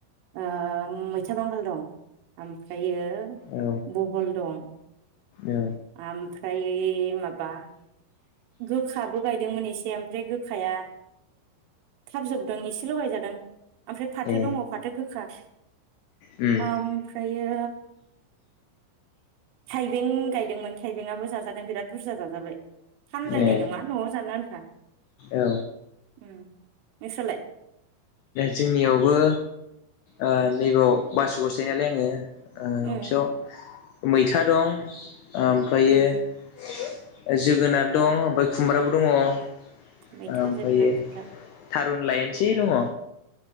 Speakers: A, on the right (about 80°); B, on the left (about 80°).
A: ओ मैथा बांगाल दं ओमफ्रायो
B: औ
A: बहल दं
B: औ
A: आमफ्रा दायो माबा गोखाबो गायदोंमोन एसे ओमफ्राय गोखाया थाब जोबदों एसेल' गायजादों ओमफ्राय फाथो
B: ए
A: दङ फाथो गोखा
B: उम
A: ओमफ्रायो थाइबें गायदोंमोन थाइबेंआबो जाजादों बिराद बुरजा जाजाबाय फानलायनाय
B: ए
A: नङा नआव जानो आन्था।
B: औ
A: नोंस्रालाय?
B: जोंनियावबो ओ नैबाव बासुगाववासो थायो नालाय आङो
A: उम
B: ओ <unintelligible> मैथा दं, ओमफ्रायो
A: उम
B: जोगोनार दं ओमफ्राय खुमब्राबो दङ। ओमफ्रायो
A: मैथा, जोगोनार, खुमब्रा
B: थारुन लायेनसे दङ।